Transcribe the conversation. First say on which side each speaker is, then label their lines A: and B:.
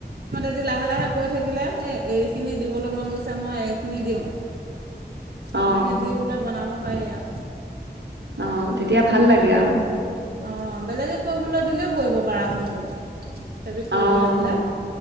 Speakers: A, on the right (about 65°); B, on the right (about 80°).
A: যদি লাহে লাহে কৈ থাকিলে এই এইখিনি দিবলৈ মন গৈছে, মই এইখিনি দিওঁ। তেনেকে
B: অ
A: দি পেলাই বনাব পাৰি আও।
B: অ' তেতিয়া ভাল লাগে আও।
A: অ' বেলেগে কৰিবলৈ দিলেও কৰিব পাৰাচোন তুমি? ফেব্ৰিক কৰিবলৈ
B: অ'
A: দিলে